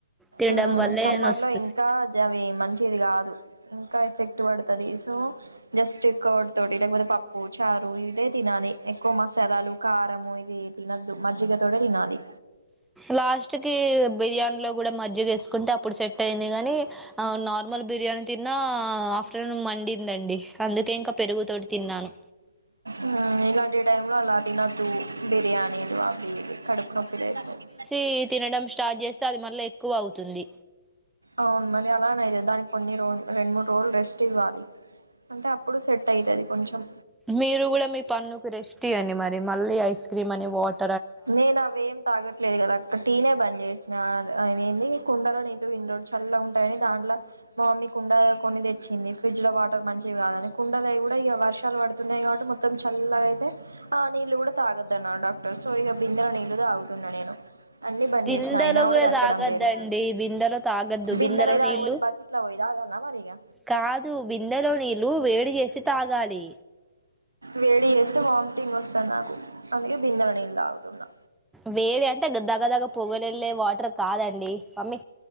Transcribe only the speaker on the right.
ఉమ్
సమ్మర్
లో ఇంకా అవి మంచిది కథ్ ఇంకా ఎఫెక్ట్ పడుతుది సో జస్ట్ కోడ్ తోటి ఇగ మనం <unintelligible> చారు ఇడే తినాలి ఎక్కువ మసాలాలు కారంము ఇవి తినద్దు మజ్జిగ తోటె తినాలి.
ఉమ్ ఇలాంటి టైమ్ లో అలా తినద్దు బిర్యానీలు అవి ఇవి కడుపు నొప్పి లేస్తది.
అవును మరి అలానే కథ దానికి కొన్ని రో రెండు మూడు రోజులు రెస్ట్ ఇవ్వాలి, అంటే అప్పుడు సెట్ అయితది కొంచెం
నెన్ అవే ఏం తాగట్లేదు కదా అక్క టీనే బంద్ చేస్ ఆడ్ ఆది ఏంది కుండలో నీళ్ళ వి చల్లగా ఉంటాయని దాంట్లో, మా మమ్మీ కుండ కొన్ని తెచ్చింది. ఫ్రిడ్జ్ లో వాటర్ మంచివి కాదని కుండలువి కూడా ఇక వర్షాలు పడుతున్నాయి కాబట్టి మొత్తం చల్లగా అయితే ఆ నీళ్ళలు కూడా తాగద్ద అన్నారు డాక్టర్స్. సో ఇక బిధాల నీళ్లు తగుతున్నా నేను అన్ని బంద్
చేసిన అయినా
తగ్గడం
లేదు
బిందెలయి
తాగపోతే
బకెట్లో పోయి తాగాల్నా మరి ఇగ
వేడి చేస్తే వామిటింగ్ వస్తంది నాకు అందుకే బిందల నీలు తాగుతున్నా.